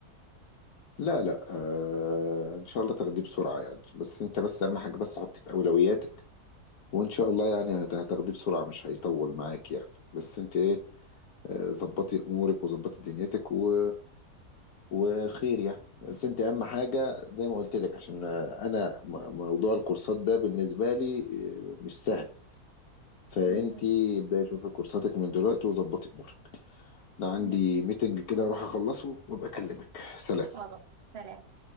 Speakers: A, on the left (about 70°); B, on the right (about 50°).
A: لا لا آه ان شاء الله تاخديه بسرعه يعني بس انت بس اهم حاجه بس حطيه في اولوياتك وان شاء الله يعني هت- هتاخديه بسرعه مش هيطول معاك يعني بس انت ايه آه، ظبطي امورك وظبطي دنيتك و وخير يعني بس انت اهم حاجه زي ما قلت لك عشان آه، انا م- موضوع الكورسات ده بالنسبه لي اه، مش سهل فانت
B: بإذن الله
A: ابداي شوفي كورساتك من دلوقتي وظبطي امورك انا عندي
B: يلا.
A: ميتنج كده اروح اخلصه وابقى اكلمك سلام
B: واضح سلام